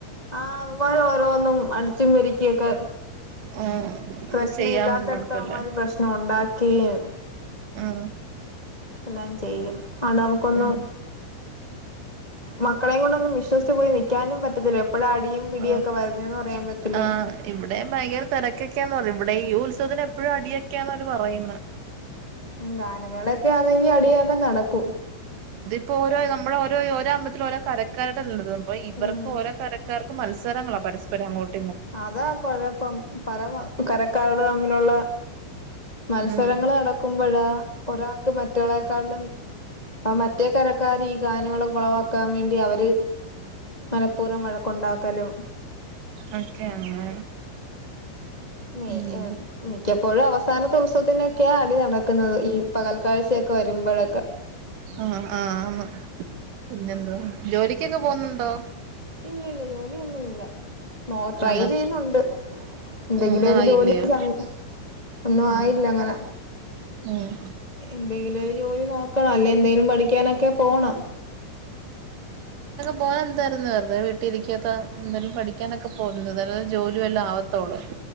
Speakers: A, on the left; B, on the right.
A: ആ അവന്മാര് ഓരോന്നും അടിച്ചും ക്കിയൊക്കെ
B: ഉം
A: പ്രശ്നമില്ലാത്തിടത്
B: ചെയ്യാൻ മടുക്കല്ലേ
A: അവന്മാര് പ്രശ്നമുണ്ടാക്കുകയും
B: ആഹ്
A: എല്ലാം ചെയ്യും ആ നമുക്കൊന്നും
B: ഉം
A: മക്കളീം കൊണ്ടെന്നും വിശ <unintelligible> പോയി നിക്കാനും പറ്റത്തില്ല എപ്പഴാ അടിയും പിടിയൊക്കെ
B: ആ
A: വരുന്നേന്ന് പറയാൻ പറ്റില്ല
B: ആ ഇവടെയും ഭയങ്കര തെര കെക്കെ എന്ന് പറയും ഇവ്ടെ ഈ ഉത്സവത്തിന് എപ്പഴും അടിയൊക്കെ എന്നാ അവര് പറയുന്നേ
A: മ് ഗാ നമേള ക്കെ ആന്നേങ്കി അടിയൊക്കെ നടക്കും
B: പ്പ ഓരോ നമ്മളെ ഓരോ ഓരൊമ്പലത്തില് ഓരോ കരക്കാ പ്പോ ഇവർക്ക്
A: ഉം
B: ഓരോ കരക്കാർ മത്സരങ്ങളാ പരസ്പരം അങ്ങോട്ട്
A: അതാ കൊഴപ്പം പര കരക്കാരെ തമ്മിലുള്ള മത്സരങ്ങള്
B: ഉം
A: നടക്കുമ്പോഴാ ഒരാക്ക് മ റ്റൊളക്കാലിലും അ മ റ്റേ കരക്കാര് ഈ ഗാനമേള കൊളവ ക്കാൻ വേണ്ടി അവര് മനഃപൂർവം വഴക്കുണ്ടാക്കലും
B: അക്കെ അങ്ങനെ
A: മി
B: ഉം
A: മി ക്കപ്പോഴും അവസാന <unintelligible> ഒക്കെ അടി നടക്കുന്നത് ഈ പകൽക്കഴ്ചയൊക്കെ വരുമ്പോഴൊക്കെ
B: ആ ആ ന്ന് പിന്നെന്തോ ജോലിക്കൊക്കെ പോന്നുണ്ടോ
A: ഇല്ല ഇല്ല ജോലി ഒന്ന ഇല്ല നോ ട്രൈ
B: ആന്നോ
A: ചെയ്യുന്നുണ്ട് എന്തെങ്കിലും
B: ഉം ഒന്നും
A: ഒരു
B: ആയില്ലയോ
A: ജോലി സ ഒന്നും ആയില്ല
B: ഉം
A: അങ്ങനെ
B: ഉം
A: എന്തെങ്കിലും ഒരു ജോലി നോക്കണം അല്ലേ എന്തെങ്കിലും പഠിക്കാനൊക്കെ പോണം
B: പോ <unintelligible> യിരുന്നു വെറതെ വീട്ടിലിരിക്കാത്ത പഠിക്കാനൊക്കെ പോകുന്നു നല്ല ജോലിയ വല്ലാം ആവത്തള്ളൂ